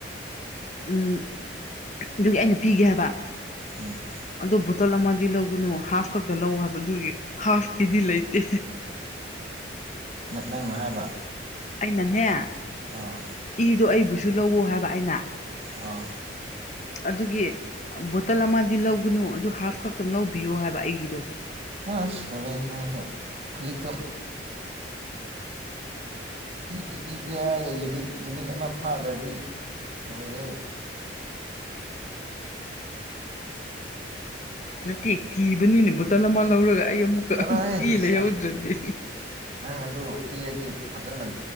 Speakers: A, on the left (about 40°); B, on the right (about 35°).
A: ꯎꯝ ꯑꯗꯨꯒꯤ ꯑꯩꯅ ꯄꯤꯒꯦ ꯍꯥꯏꯕ
B: ꯑꯣ
A: ꯑꯗꯣ ꯕꯣꯇꯜ ꯑꯃꯗꯤ ꯂꯧꯒꯅꯨ ꯍꯥꯐ ꯈꯛꯇ ꯂꯧ ꯍꯥꯏꯕꯗꯨꯒꯤ ꯍꯥꯐꯀꯤꯗꯤ ꯂꯩꯇꯦ
B: ꯅꯪꯅ ꯍꯥꯏꯕ
A: ꯑꯩꯅꯅꯦ
B: ꯑꯥ
A: ꯏꯗꯣ ꯑꯩꯕꯨꯁꯨ ꯂꯧꯋ ꯍꯥꯏꯕ ꯑꯩꯅ
B: ꯑꯥ
A: ꯑꯗꯨꯒꯤ ꯕꯣꯇꯜ ꯑꯃꯗꯤ ꯂꯧꯒꯅꯨ ꯑꯗꯨ ꯍꯥꯐ ꯈꯛꯇꯪ ꯂꯧꯕꯤꯌꯣ ꯍꯥꯏꯕ ꯑꯩꯒꯤꯗꯣ
B: ꯑꯁ ꯇꯔꯦ ꯅꯪꯁꯨ ꯈꯨꯂꯤꯛꯇꯣ ꯏ ꯄꯤ ꯑꯥꯏꯒꯨ ꯌꯨꯅꯤꯠ ꯑꯃ ꯐꯥꯗꯒꯤ ꯂꯣꯏꯑꯦ
A: ꯅꯠꯇꯦ ꯀꯤꯕꯅꯤꯅꯦ ꯕꯣꯇꯜ ꯑꯃ ꯂꯧꯔꯒ ꯑꯩ ꯑꯃꯨꯛꯀ
B: ꯆꯠꯂꯣꯍꯦ
A: ꯀꯤꯂ
B: ꯁꯤꯌꯥ
A: ꯌꯧꯗ꯭ꯔꯗꯤ
B: ꯅꯪ ꯑꯗꯨ ꯄꯤꯔꯗꯤ ꯐꯖꯅ